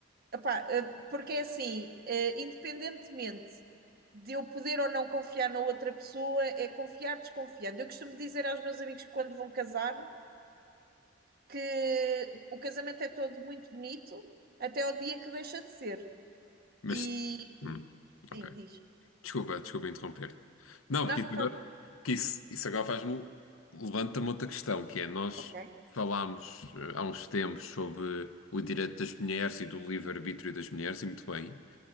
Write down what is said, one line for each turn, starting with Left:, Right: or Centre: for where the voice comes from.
Right: <laughs> Epá, eh, porque é assim, eh, independentemente de eu poder ou não confiar na outra pessoa, é confiar desconfiando. Eu costumo dizer aos meus amigos que quando vão casar que o casamento é todo muito bonito até o dia que deixa de ser.
Left: Mas.
Right: E
Left: hum, ok.
Right: sim, diz.
Left: Desculpa, desculpa interromper. Não,
Right: Não,
Left: porque isso
Right: não faz
Left: agora,
Right: mal.
Left: porque isso, isso agora faz-me levanta-me outra questão, que é nós
Right: Ok.
Left: falámos eh, há uns tempos sobre o direito das mulheres e do livre-arbítrio das mulheres, e muito bem,